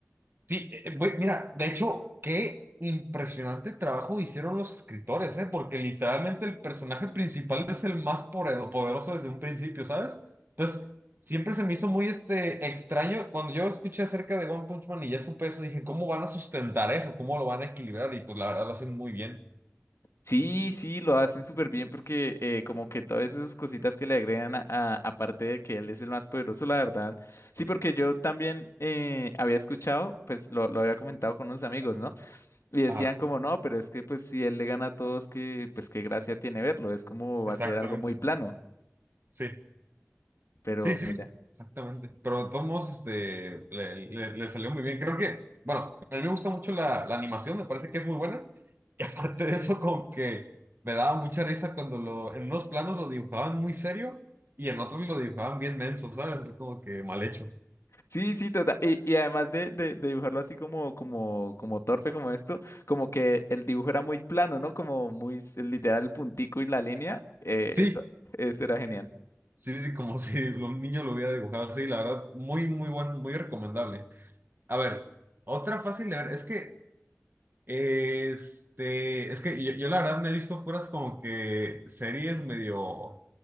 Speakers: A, on the right; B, on the left.
A: Sí, eh, güey, mira, de hecho, qué impresionante trabajo hicieron los escritores, ¿eh? Porque literalmente el personaje principal es el más poredo- poderoso desde un principio, ¿sabes? Entonces, siempre se me hizo muy este, extraño. Cuando yo escuché acerca de One Punch Man y ya supe eso, dije, ¿cómo van a sustentar eso? ¿Cómo lo van a equilibrar? Y pues la verdad lo hacen muy bien.
B: Sí, sí, lo hacen súper bien porque eh, como que todas esas cositas que le agregan a, a- aparte de que él es el más poderoso, la verdad. Sí, porque yo también eh, había escuchado, pues lo, lo había comentado con unos amigos, ¿no? Y decían
A: Ajá,
B: como, no, pero es que pues si él le gana a todos, que pues qué gracia tiene verlo, es como
A: exactamente.
B: va a ser algo muy plano,
A: Sí,
B: pero
A: sí, sí,
B: mira.
A: ex- exactamente. Pero de todos modos, este, le, le- le salió muy bien. Creo que, bueno, a mí me gusta mucho la, la animación, me parece que es muy buena. <laughs> Y aparte de eso, como que me daba mucha risa cuando lo, en unos planos lo dibujaban muy serio y en otros lo dibujaban bien menso, ¿sabes? Así como que mal hecho.
B: Sí, sí, total. Y, y además de, de- de dibujarlo así como, como, como torpe, como esto, como que el dibujo era muy plano, ¿no? Como muy s- literal el puntico y la línea. eh,
A: Sí,
B: esto- eso era genial.
A: sí, sí, como <laughs> si un niño lo hubiera dibujado así. La verdad, muy, muy buen, muy recomendable. A ver, otra fácil de ver, es que... Este, es que yo, yo la verdad me he visto puras como que series medio